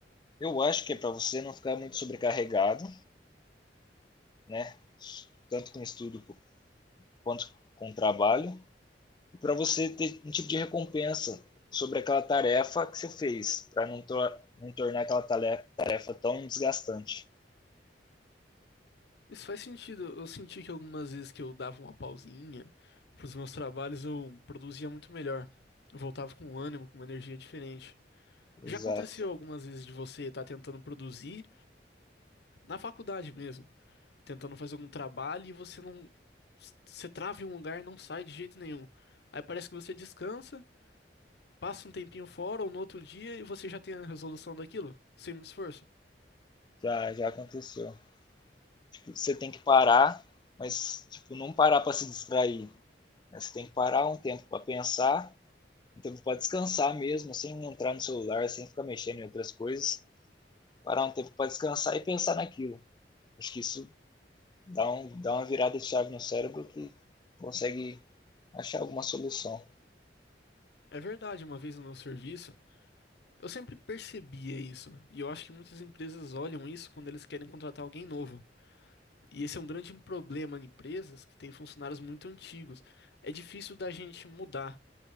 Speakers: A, on the left; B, on the left.
A: Eu acho que é para você não ficar muito sobrecarregado, né? Tanto com estudo quanto com trabalho, e para você ter um tipo de recompensa sobre aquela tarefa que você fez, para não, to não tornar aquela tarefa tão desgastante.
B: Isso faz sentido. Eu senti que algumas vezes que eu dava uma pausinha pros meus trabalhos, eu produzia muito melhor. Eu voltava com ânimo, com uma energia diferente.
A: Exato.
B: Já aconteceu algumas vezes de você estar tentando produzir na faculdade mesmo, tentando fazer algum trabalho e você não, você trava em um lugar e não sai de jeito nenhum. Aí parece que você descansa. Passa um tempinho fora ou no outro dia e você já tem a resolução daquilo, sem muito esforço.
A: Já, já aconteceu. Tipo, você tem que parar, mas tipo, não parar para se distrair. Né? Você tem que parar um tempo para pensar, um tempo para descansar mesmo, sem entrar no celular, sem ficar mexendo em outras coisas. Parar um tempo para descansar e pensar naquilo. Acho que isso dá, um, dá uma virada de chave no cérebro que consegue achar alguma solução.
B: É verdade, uma vez no meu serviço, eu sempre percebia isso, e eu acho que muitas empresas olham isso quando eles querem contratar alguém novo. E esse é um grande problema em empresas que têm funcionários muito antigos. É difícil da gente mudar.